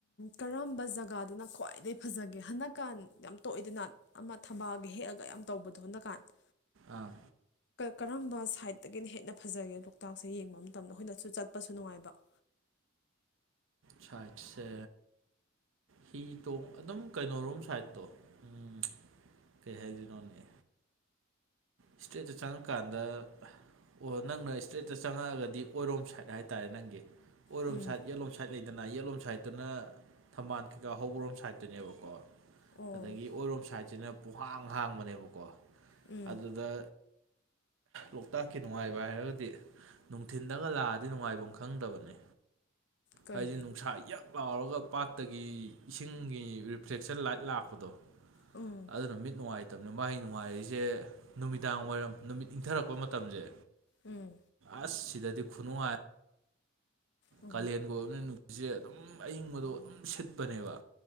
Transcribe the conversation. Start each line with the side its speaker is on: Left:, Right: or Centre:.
Left: ꯀꯔꯝꯕ ꯖꯒꯥꯗꯅ ꯈ꯭ꯋꯥꯏ ꯈ꯭ꯋꯥꯏꯗꯒꯤꯩ ꯐꯖꯒꯦ ꯍꯟꯗꯛ ꯀꯥꯟ ꯌꯥꯝ ꯇꯣꯏꯗꯅꯠ ꯑꯃ ꯊꯝꯕꯥꯑꯒ ꯍꯦꯛꯜꯒꯤ ꯌꯥꯝ ꯇꯧꯕꯗꯣꯠꯅꯀꯥꯟꯗ
Right: ꯑꯥ
Left: ꯀꯔꯝꯕ ꯁꯥꯏꯗꯠꯇꯒꯤꯅ ꯍꯦꯟꯅ ꯐꯖꯒꯦ ꯂꯣꯛꯇꯥꯛꯁꯦ ꯌꯦꯡꯕ ꯃꯇꯝꯗ ꯑꯩꯈꯣꯏꯅꯁꯨ ꯆꯠꯄꯁꯨ ꯅꯨꯡꯉꯥꯏꯕ
Right: ꯁꯥꯠꯁ ꯍꯤ ꯇꯣꯡ ꯑꯗꯨꯝ ꯀꯩꯅꯣꯔꯣꯝ ꯁꯥꯏꯠꯇꯣ ꯎꯝ ꯀꯩ ꯍꯥꯏꯗꯣꯏꯅꯣꯅꯦ ꯏꯁꯇ꯭ꯔꯦꯖꯇ ꯆꯪꯉꯀꯥꯟꯗ ꯑꯣ ꯅꯪꯅ ꯏꯁꯇ꯭ꯔꯦꯠꯇ ꯆꯪꯉꯛꯑꯒꯗꯤ ꯑꯣꯏꯔꯣꯝ ꯁꯥꯏꯠ ꯍꯥꯏꯇꯥꯔꯦ ꯅꯪꯒꯤ ꯑꯣꯏꯔꯣꯝ
Left: ꯎꯝ
Right: ꯁꯥꯏꯠ ꯌꯦꯂꯣꯝ ꯁꯥꯏꯠ ꯂꯩ ꯀꯅꯥ ꯌꯦꯠꯂꯣꯝ ꯁꯥꯏꯠꯇꯨꯅ ꯊꯝꯕꯥꯜ ꯀꯩꯀꯥ ꯍꯧꯕꯔꯣꯝ ꯁꯥꯏꯗꯠꯇꯨꯅꯦꯕꯀꯣ
Left: ꯑꯣ
Right: ꯑꯗꯒꯤ ꯑꯣꯏꯔꯣꯝ ꯁꯥꯏꯠꯁꯤꯅ ꯄꯍꯥꯡ ꯍꯥꯡꯕꯅꯦꯕꯀꯣ
Left: ꯎꯝ
Right: ꯑꯗꯨꯗ ꯂꯣꯛꯇꯥꯛꯀꯤ ꯅꯨꯡꯉꯥꯏꯕ ꯍꯥꯏꯔꯒꯗꯤ ꯅꯨꯡꯊꯤꯟꯗꯒ ꯂꯥꯛꯑꯗꯤ ꯅꯨꯡꯉꯥꯏꯐꯝ ꯈꯪꯗꯕꯅꯤ
Left: ꯀꯩꯒꯤꯅꯣ
Right: ꯍꯥꯏꯗꯤ ꯅꯨꯡꯁꯥ ꯌꯥꯝꯛ ꯂꯥꯎꯔꯒ ꯄꯥꯠꯇꯒꯤ ꯏꯁꯤꯡꯒꯤ ꯔꯤꯐ꯭ꯂꯦꯛꯁꯟ ꯂꯥꯏꯠ ꯂꯥꯛꯄꯗꯣ
Left: ꯎꯝ
Right: ꯑꯗꯨꯅ ꯃꯤꯠ ꯅꯨꯡꯉꯥꯏꯇꯕꯅꯤ ꯃꯥꯩ ꯅꯨꯡꯉꯥꯏꯔꯤꯁꯦ ꯅꯨꯃꯤꯗꯥꯡ ꯋꯥꯏꯔꯝ ꯅꯨꯃꯤꯠ ꯏꯪꯊꯔꯛꯄ ꯃꯇꯝꯁꯦ
Left: ꯎꯝ
Right: ꯑꯁ ꯁꯤꯗꯗꯤ ꯈꯨꯅꯨꯡꯉꯥꯏ
Left: ꯑꯣ
Right: ꯀꯥꯂꯦꯟꯒ ꯑꯣꯏꯕꯅ ꯅꯨꯁꯤꯠꯁꯦ ꯑꯗꯨꯝ ꯑꯏꯤꯡꯕꯗꯣ ꯑꯗꯨꯝ ꯁꯤꯠꯄꯅꯦꯕ